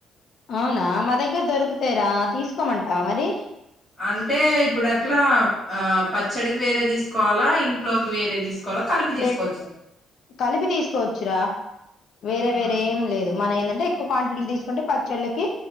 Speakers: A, on the left (about 55°); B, in the centre.
A: అవునా మా దగ్గర దొరుకుతాయిరా తీసుకోమంటావ మరి
B: అంటే ఇప్పుడు ఎట్లా ఆ పచ్చడికి వేరే తీసుకోవాలా ఇంట్లోకి వేరే తీసు కలిపి తీసుకోవచ్చు
A: రె కలిపి తీసుకోవచ్చురా వేరే
B: ఆహా
A: వేరే ఏం లేదు మన ఏంటంటే కో క్వాంటిటీ తీసుకుంటే పచ్చళ్లకి